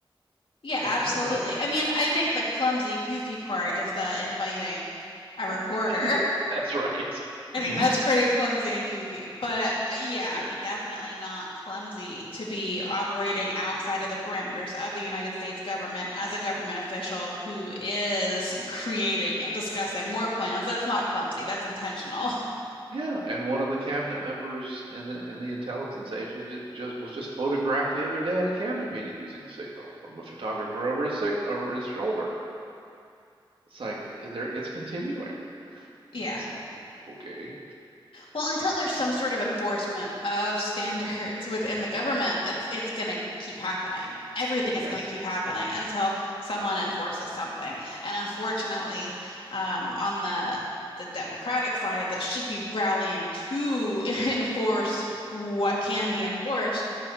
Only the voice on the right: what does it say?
So
I don't know.
<laughs>
That's right.
Oops.
Yeah.
Yeah, and one of the cabinet members in the in the intelligence agency just, just was just photographed the other day in a cabinet meeting using Signal from a photographer over his over his shoulder. It's like eh, there it's continuing.
<laughs> It's like okay,
mm,
yes,
yeah,